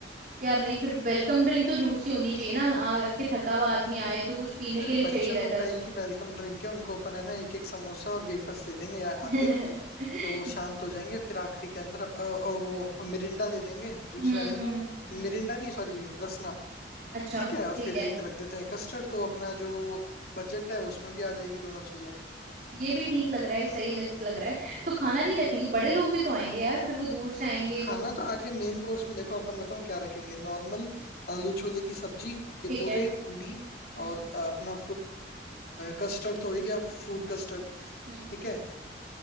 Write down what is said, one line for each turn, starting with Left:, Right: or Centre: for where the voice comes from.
Right: यार नहीं फिर वेलकम ड्रिंक तो जूस ही होनी चाहिए ना आके थका हुआ आदमी आए तो कुछ पीने
Left: अरे
Right: के लिए
Left: बच्चों
Right: चाहिए
Left: को
Right: रहता है
Left: काई
Right: उसको
Left: की वेलकम ड्रिंक है उनको अपन है ना एक एक समोसा और वेफर्स दे देंगे या-
Right: हम्म
Left: आते ही तो वो शांत हो जाएंगे फिर आखिरी के अंदर अप- और वो मिरिंडा दे देंगे जूस
Right: हम्म
Left: रहने दो
Right: हम्म
Left: मिरिंडा नहीं सॉरी रसना
Right: अच्छा
Left: ठीक है और
Right: ठीक
Left: फिर
Right: है
Left: एक रख देते हैं कस्टर्ड तो अपना जो बजट है उसमें भी आ जाएगी दोनों चीजें हाँ,
Right: ये भी ठीक लग रहा है सही लग लग रहा है तो खाना नहीं रखेंगे बड़े लोग भी तो आएंगे यार फिर वो दूर से आएंगे
Left: तो खाना
Right: तो
Left: तो आखिरी मेन कोर्स में देखो अपन बताऊं क्या रखेंगे नॉर्मल आलू छोले की सब्जी टिपोरे
Right: ठीक है
Left: पूड़ी
Right: हम्म
Left: और अ, अपना कस्टर्ड तो हो ही गया फ्रूट कस्टर्ड
Right: हम्म
Left: ठीक है